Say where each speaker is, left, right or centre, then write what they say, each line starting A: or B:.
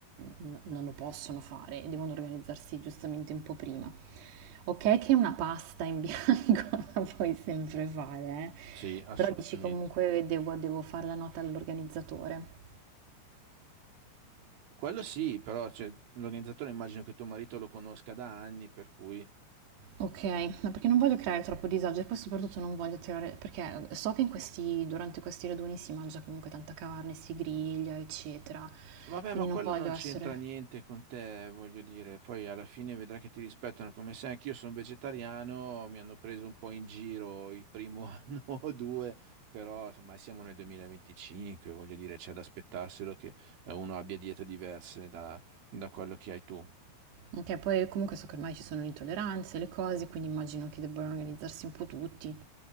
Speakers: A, on the right (about 65°); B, on the right (about 85°).
A: n non lo possono fare e devono organizzarsi giustamente un po' prima. Okay che una pasta in bianco <laughs> la puoi sempre fare, eh,
B: Sì, assolutamente.
A: però dici comunque devo devo fare la nota all'organizzatore.
B: Quello sì, però cioè, l'organizzatore immagino che tuo marito lo conosca da anni, per cui...
A: Okay, ma perché non voglio creare troppo disagio e poi soprattutto non voglio tirare perché so che in questi durante questi raduni si mangia comunque tanta carne, si griglia, eccetera,
B: Vabbè,
A: quindi
B: ma quello
A: non voglio
B: non c'entra
A: essere
B: niente con te, voglio dire. Poi alla fine vedrai che ti rispettano. Come sai, anch'io sono vegetariano, mi hanno preso un po' in giro il primo <laughs> anno o due, però insomma siamo nel 2025, voglio dire, c'è da aspettarselo che eh, uno abbia diete diverse da, da quello che hai tu.
A: Ok, poi comunque so che ormai ci sono le intolleranze, le cose, quindi immagino che debbano organizzarsi un po' tutti.